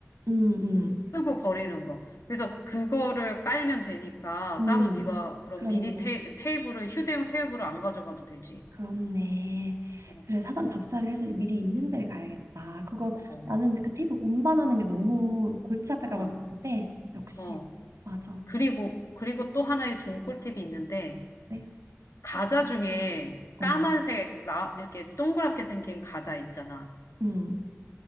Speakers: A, on the right (about 80°); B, on the left (about 70°).
A: 응, 응,
B: 쓰고 버리는 거. 그래서 그거를 깔면 되니까
A: 응.
B: 따로 네가 그런
A: 그렇네.
B: 미니 테이, 테이블을 휴대용 테이블을 안 가져가도 되지.
A: 그렇네.
B: 어,
A: 그래, 사전 답사를 해서 미리 있는 데를 가야겠다. 그거
B: 어,
A: 나는 근데 그 테이프 운반하는 게 너무 골치 아플까
B: 어.
A: 봐 그랬는데 역시
B: 어.
A: 맞아.
B: 그리고 그리고 또 하나의 좋은 꿀팁이 있는데
A: 네.
B: 과자 중에 까만색
A: 어.
B: 라, 이렇게 동그랗게 생긴 과자 있잖아.
A: 음.